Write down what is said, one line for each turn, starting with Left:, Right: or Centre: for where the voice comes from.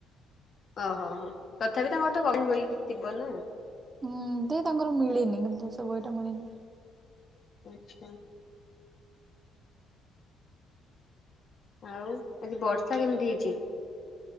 Left: ଓହୋ ହୋ। ତଥାପି ତାଙ୍କର ତ ଗମେଟ୍ ବହି ଥିବ ନା?
Right: ହୁଁ ତ ତାଙ୍କର ମିଳିନି କିନ୍ତୁ ସେ ବହିଟା ମିଳିନି।
Left: ଆଛା ଆଉ ଆଜି ବର୍ଷା କେମିତି ହେଇଚି?